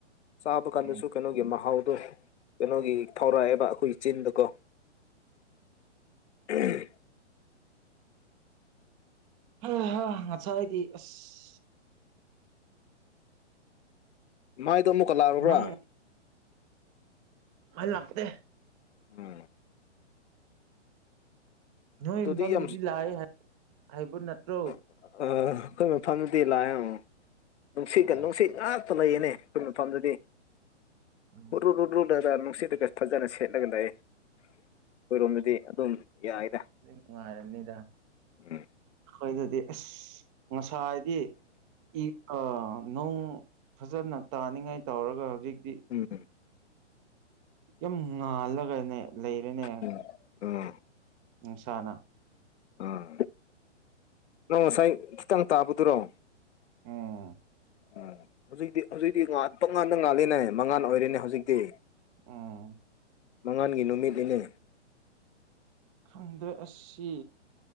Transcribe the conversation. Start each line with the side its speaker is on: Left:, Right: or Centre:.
Left: ꯆꯥꯕ ꯀꯥꯟꯗꯁꯨ
Right: ꯎꯝ
Left: ꯀꯩꯅꯣꯒꯤ ꯃꯍꯥꯎ ꯑꯣ ꯀꯩꯅꯣꯒꯤ ꯊꯧꯔꯛꯑꯦꯕ ꯑꯩꯈꯣꯏꯒꯤ ꯆꯤꯟꯗꯀꯣ ꯎꯝ <inaudible>
Right: ꯍ ꯍ ꯉꯁ ꯍꯥꯏꯗꯤ ꯑꯁ <inaudible>
Left: ꯃꯥꯏꯗꯣ ꯑꯃꯨꯛꯀ ꯂꯥꯛꯔꯕ꯭ꯔꯥ
Right: ꯅꯣꯡ ꯂꯜꯗꯦ
Left: ꯎꯝ
Right: ꯅꯣꯏ
Left: ꯑꯗꯨꯗꯤ
Right: ꯏꯝꯐꯝꯗꯨꯗꯤ
Left: ꯌꯥꯝ
Right: ꯂꯥꯛꯑ ꯍꯥꯏꯕ ꯅꯠꯇ꯭ꯔꯣ
Left: ꯑ ꯑꯩꯈꯣꯏ ꯃꯐꯝꯗꯨꯗꯤ ꯂꯥꯛꯑꯦ ꯑꯃ ꯅꯨꯡꯁꯤꯠꯀ
Right: ꯑꯥ
Left: ꯅꯨꯡꯁꯤꯠ ꯉꯥꯛ ꯂ ꯌꯦꯅꯦ ꯀ ꯐꯗꯗꯤ
Right: ꯎꯝ
Left: ꯍꯔ ꯈꯗ ꯅꯨꯡꯁꯤꯠꯠꯇꯒ ꯐꯖꯅ ꯁꯦꯠꯂꯒ ꯂꯩꯥꯛꯑ ꯑꯩꯈꯣꯏꯔꯣꯝꯗꯗꯤ ꯑꯗꯨꯝ ꯌꯥꯏꯗ
Right: ꯅꯨꯡꯉꯥꯏꯔꯝꯅꯤꯗ
Left: ꯎꯝ
Right: ꯑꯩꯈꯣꯏꯗꯗꯤ ꯑꯁ ꯉꯁꯥꯏ ꯍꯥꯏꯗꯤ ꯏ ꯑꯥ ꯅꯣꯡ ꯐꯖꯅ ꯇꯥꯅꯤꯡꯉꯥꯏ ꯇꯧꯔꯒ ꯍꯧꯖꯤꯛꯇꯤ
Left: ꯎꯝ
Right: ꯌꯥꯝ ꯉꯥꯜꯂꯒꯅꯦ ꯂꯩꯔꯦꯅꯦ
Left: ꯎꯝ ꯎꯝ
Right: ꯅꯨꯡꯁꯥꯅ
Left: ꯎꯝ ꯅꯪ ꯉꯁꯥꯏ ꯈꯤꯇꯪ ꯇꯥꯕꯗꯨꯔꯣ
Right: ꯎꯝ
Left: ꯎꯝ ꯍꯧꯖꯤꯛꯇꯤ ꯍꯧꯖꯤꯛꯇꯤ ꯉꯠꯄ ꯉꯥꯟꯗ ꯉꯥꯂꯤꯅꯦ ꯃꯉꯥꯟ ꯑꯣꯏꯔꯤꯅꯦ ꯍꯧꯖꯤꯛꯇꯤ
Right: ꯑꯥ <unintelligible>
Left: ꯃꯉꯥꯟꯒꯤ ꯅꯨꯃꯤꯠꯅꯤꯅꯦ
Right: ꯈꯪꯗꯦ ꯑꯁꯤ